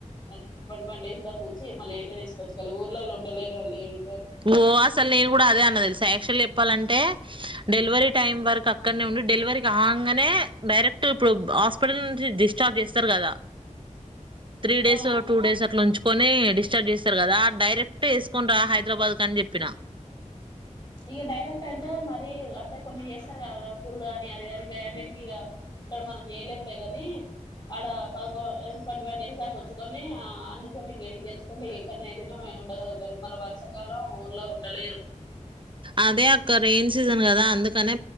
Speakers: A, on the left (about 30°); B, on the right (about 40°).
A: ట్ంటీ వన్ డేస్ దాకా నుంచి మళ్ళీ ఇడికే తీసుకోవచ్చు కలా ఊర్లలోళ ఉండలేరు వాళ్ళు ఏడుంటారు
B: ఓ అసలు నేను కూడా అదే అన్న తెలుస యాక్టుల్ల్య్ చెప్పాలంటే డెలివరీ టైం వరకు అక్కడనే ఉండి డెలివరీకి కాగానే డైరెక్ట్ ఇప్పుడు హాస్పిటల్ డిశచార్బ్ చేస్తారు కదా త్రీ డేస్
A: ఆ
B: టూ డేస్ అట్లా ఉంచుొని డిశ్చార్జ్ చేస్తారు కదా డైరెక్ట్ వేసుకుని రా హై హైదరాబాద్ కాని చెప్పినా
A: ఇక డైరెక్ట్ అంటే మరి అంటే కొన్ని చేస్తారు కదా పూరుడు కాని అది కాని ఇంకా అన్నిటికిీక ఇక్కడ మనం చేయలేంలే గాని ఆడ ప ట్వంటీ వన్ డేస్ ఉంచుకొని ఆ అన్నితోని గడిగి తెచ్చు ంటే ఎక్కడ అయితేనా ఉండగలుగుతారు మళ్ళ వర్షకాలం ఊర్లో ఉండలేరు
B: అదే అక్క రెయిన్ సీజన్ కదా అందుకనే